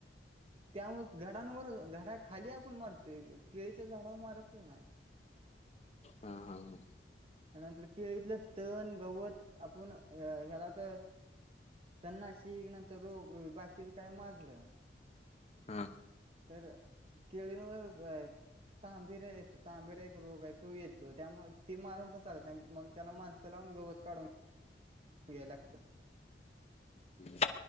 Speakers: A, on the right; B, on the left.
A: त्यामु घडांवर झाडा खाली आपण मारतोय केळीच्या झाडा मारतच नाही
B: हा हा हा
A: नंतर केळीतलं तण गवत आपण ह्यालाच तन्ना श नंतर रोग बाकीच काय मारलं
B: हम
A: तर केळीनर तांबिर येत तांबिरा एक रोग आहे तो येतो त्यामुळे ती मारून पण चालत मग त्याला माणसं लावून वत काढून घ्या लागत
B: ह